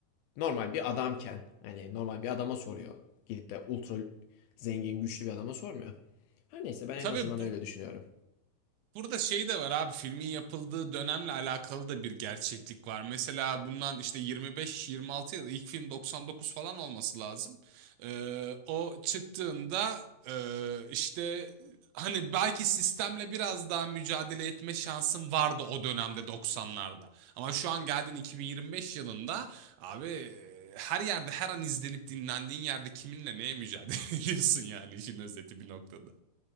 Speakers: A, on the left (about 85°); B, on the right (about 90°).
A: normal bir adamken hani normal bir adama soruyor. Gidip de ultra zengin güçlü bir adama sormuyor. Her neyse ben en
B: Tabii
A: azından
B: bu
A: öyle düşünüyorum.
B: Burada şey de var abi filmin yapıldığı dönemle alakalı da bir gerçeklik var. Mesela bundan işte 25-26 yıl ilk film 99 falan olması lazım. Ee, o çıktığında e, işte hani belki sistemle biraz daha mücadele etme şansım vardı o dönemde 90'larda. Ama şu an geldin 2025 yılında abi e, her yerde her an izlenip dinlendiğin yerde kiminle neye mücadele <laughs> ediyorsun yani işin özeti bir noktada.